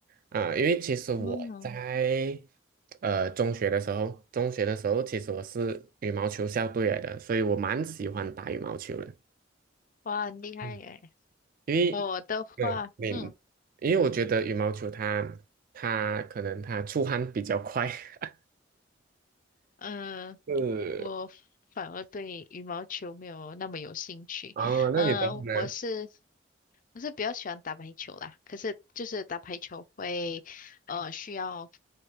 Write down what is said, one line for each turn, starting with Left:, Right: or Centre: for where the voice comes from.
Right: 啊，因为其实我在
Left: 嗯，
Right: 呃中学的时候，中学的时候其实我是羽毛球校队来的，所以我蛮喜欢打羽毛球的。
Left: 哇，很厉害耶！
Right: 嗯，因为，
Left: 我的话，
Right: 对，你，
Left: 嗯
Right: 因为我觉得羽毛球它它可能它出汗比较快。<laughs>
Left: 嗯，
Right: 是，
Left: 我反而对羽毛球没有那么有兴趣。
Right: 哦，那你的话呢？
Left: 嗯，我是我是比较喜欢打排球啦，可是就是打排球会，呃，需要